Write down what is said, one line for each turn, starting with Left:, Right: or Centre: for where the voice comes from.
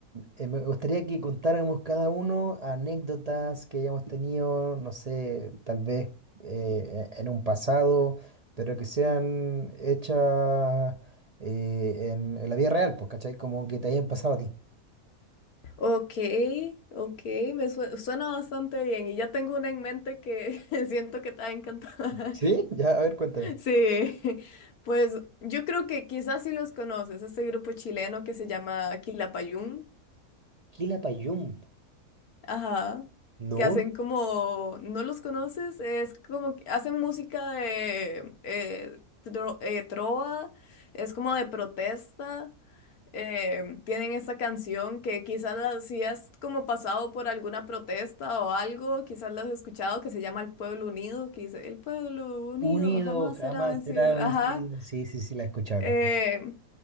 Right: Eh, me gustaría que contáramos cada uno anécdotas que hayamos tenido, no sé, tal vez eh, en un pasado, pero que sean hechas eh, en, en la vida real, pues, ¿cachai? Como que te hayan pasado a ti.
Left: Ok, ok, me sue- suena bastante bien y ya tengo una en mente que <laughs> siento que te va a encantar. <laughs>
Right: ¿Sí? Ya, a ver, cuéntame.
Left: Sí, pues yo creo que quizás sí los conoces, este grupo chileno que se llama Quilapayún,
Right: Quilapayún.
Left: ajá,
Right: No.
Left: que hacen como, ¿no los conoces? Es como que hacen música de eh, tro- eh, trova, es como de protesta. eh, tienen esa canción que quizás la, si has como pasado por alguna protesta o algo, quizás la has escuchado, que se llama El Pueblo Unido, que dice, El Pueblo Unido
Right: Unido
Left: jamás
Right: jamás
Left: será vencido.
Right: será vencido.
Left: Ajá.
Right: Sí, sí, sí, la he escuchado.
Left: Eh,
Right: la he